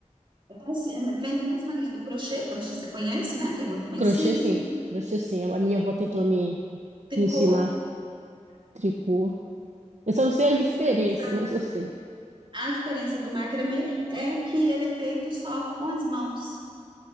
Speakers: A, on the right; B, on the right.
A: Assim, é, Vem da mesma linha do crochê, crochê você conhece, né? Que é muito conhecido.
B: Crochê sim, crochê sim. A minha avó tentou me,
A: Tricô,
B: me ensinar tricô. Eu só não sei a diferença,
A: Essa-
B: <laughs> mas eu sei.
A: a diferença do macramê é que ele é feito só com as mãos.